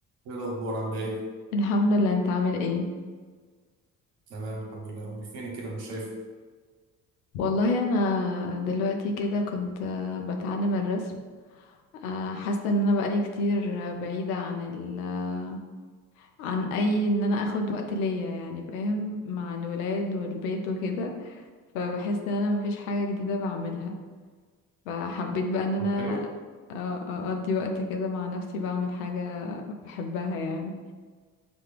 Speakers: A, on the right; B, on the left.
A: ايه الاخبار عامله ايه
B: الحمد لله انت عامل ايه
A: تمام الحمد لله امال فينك كده مش شايفك
B: والله انا دلوقتي كده كنت آه، بتعلم الرسم آه، حاسه ان انا بقالي كتير آه، بعيده عن ال آه، عن اي ان انا اخد وقت ليا يعني فاهم مع الولاد والبيت وكده فبحس ان انا مفيش حاجه جديده بعملها فحبيت بقى ان انا
A: طب حلو
B: آه، آه، اقضي وقت كده مع نفسي بعمل حاجه بحبها يعني